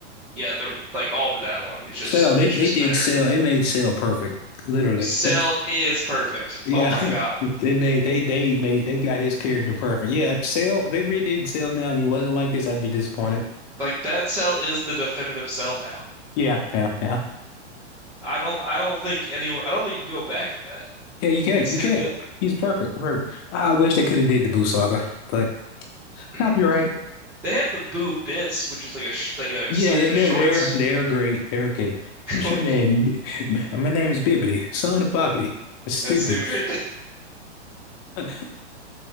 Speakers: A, in the centre; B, on the left (about 35°).
A: yeah, the like all the dialogue is just
B: Cell, they
A: is
B: they
A: just
B: did
A: better.
B: Cell. They made Cell perfect, literally.
A: Cell
B: That,
A: is perfect.
B: yeah,
A: Oh my God.
B: <laughs> they made they they made they got his character perfect. Yeah, if Cell, if they redid Cell now, and he wasn't like this, I'd be disappointed.
A: Like that Cell is the definitive Cell now.
B: Yeah, yeah, yeah,
A: I don't I don't think anyone I don't think you go back from that.
B: yeah. You can't,
A: It's
B: you
A: too
B: can't.
A: good.
B: He's perfect. perfect. I I wish they could have did the Boo Saga, but
A: <clears throat>
B: copyright.
A: They have the Boo Bits, which is like a sh like a
B: Yeah,
A: series
B: they-
A: of
B: they're
A: shorts.
B: they're they're great. They're great.
A: <laughs>
B: What's your name? B- My name is Bibbidi, son of Bobbidi. It's stupid.
A: That's stupid.
B: <laughs>